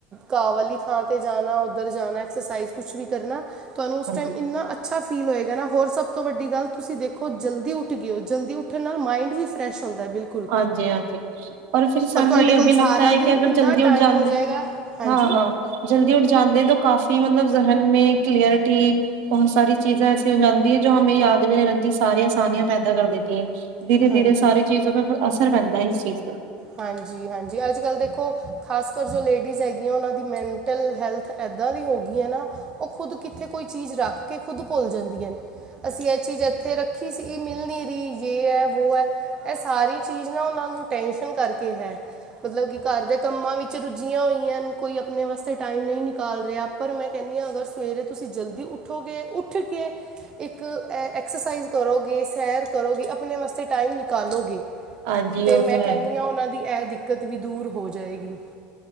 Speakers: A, on the right (about 20°); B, on the right (about 55°).
A: ਘਾਹ ਵਾਲੀ ਥਾਂ ਤੇ ਜਾਨਾ, ਉਧਰ ਜਾਨਾ। ਐਕਸਰਸਾਈਜ਼ ਕੁਛ ਵੀ ਕਰਨਾ ਤੁਹਾਨੂੰ
B: ਹਾਂਜੀ
A: ਉਸ ਟਾਈਮ ਇਨਾਂ ਅੱਛਾ ਫੀਲ ਹੋਏਗਾ ਨਾ ਹੋਰ ਸਭ ਤੋ ਵਡੀ ਗੱਲ ਤੁਸੀ ਦੇਖੋ ਜਲਦੀ ਉਠਗੇ ਓ। ਜਲਦੀ ਉੱਠਣ ਨਾਲ ਮਾਇੰਡ ਵੀ ਫਰੈਸ਼ ਹੁੰਦਾ। ਬਿਲਕੁਲ
B: ਹਾਂਜੀ-ਹਾਂਜੀ, ਔਰ ਫਿਰ ਸਾਨੂੰ
A: ਤੁਹਾਡੇ
B: ਜੇਹ
A: ਕੋਲ
B: ਬੀ
A: ਸਾਰਾ
B: ਲਗਤਾ ਐ
A: ਦਿਨ
B: ਕਿ, ਅਗਰ
A: ਇੰਨਾ
B: ਜਲਦੀ ਉਠ
A: ਟਾਈਮ
B: ਜਾਂਦੇ,
A: ਹੋ ਜਾਏਗਾ ਹਾਂਜੀ
B: ਹਾਂ-ਹਾਂ। ਜਲਦੀ ਉੱਠ ਜਾਦੇ ਤਾਂ ਕਾਫ਼ੀ ਮਤਲਬ, ਜਹਿਨ ਮੈ ਕਲੀਅਰਿਟੀ ਬਹੁਤ ਸਾਰੀ ਚੀਜ਼ਾਂ ਐਸੀ ਹੋ ਜਾਦੀ ਐ, ਜੋ ਹਮੇ ਯਾਦ ਵੀ ਨੀ ਰੈਂਦੀ। ਸਾਰੀਆਂ ਆਸਾਨੀਆਂ ਪੈਦਾ ਕਰ ਦੇਤੀ ਏ। ਧੀਰੇ-ਧੀਰੇ
A: ਹਾਂਜੀ
B: ਸਾਰੀ ਚੀਜ਼ੋ ਦਾ, ਫਿਰ ਅਸਰ ਪੈਂਦਾ ਇਸ ਚੀਜ਼ ਤੇ
A: ਹਾਂਜੀ-ਹਾਂਜੀ, ਅਜ-ਕਲ੍ਹ ਦੇਖੋ ਖਾਸ ਕਰ ਜੋ ਲੇਡੀਜਸ ਹੈਗੀਆਂ ਉਹਨਾ ਦੀ ਮੈਟਲ ਹੈਲਥ ਇਦਾਂ ਦੀ ਹੋ ਗਈ ਐ, ਨਾ- ਉ ਖੁਦ ਕਿਥੇ ਕੋਈ ਚੀਜ ਰਖ ਕੇ ਖੁਦ ਭੁਲ ਜਾਂਦੀਆਂ ਨੇ- ਅਸੀ ਇਹ ਚੀਜ ਇਥੇ ਰਖੀ ਸੀ ਮਿਲ ਨਹੀ ਰਹੀ ਯੇ ਐ ਵੋ ਐ। ਇਹ ਸਾਰੀ ਚੀਜ ਨਾ ਉਹਨਾ ਨੂੰ ਟੈਸ਼ਨ- ਸ਼ਨ ਕਰਕੇ ਹੈ ਮਤਲਬ ਕਿ ਘਰ ਦੇ ਕਮਾ ਵਿਚ ਰੁਝੀਆਂ ਹੋਈਆਂ। ਕੋਈ ਆਪਣੇ ਵਾਸਤੇ ਟਾਈਮ ਨਹੀਂ ਨਿਕਾਲ ਰਿਹਾ ਪਰ ਮੈਂ ਕਹਿੰਦੀ ਆ ਅਗਰ ਸਵੇਰੇ ਤੁਸੀਂ ਜਲਦੀ ਉੱਠੋਗੇ ਉੱਠ ਉੱਠ ਕੇ ਇੱਕ ਇੱਕ ਐਕਰਸਾਈਜ਼ ਕਰੋਗੇ ਸੈਰ ਕਰੋਗੇ ਆਪਣੇ ਵਾਸਤੇ ਟਾਈਮ ਨਿਕਾਲੋਗੇ।
B: ਹਾਂਜੀ ਉ
A: ਮੈਂ
B: ਤਾਂ
A: ਕਹਿੰਨੀ
B: ਹੈ।
A: ਤੇ ਉਹਨਾਂ ਦੀ ਇਹ ਦਿੱਕਤ ਵੀ ਦੂਰ ਹੋ ਜਾਏਗੀ।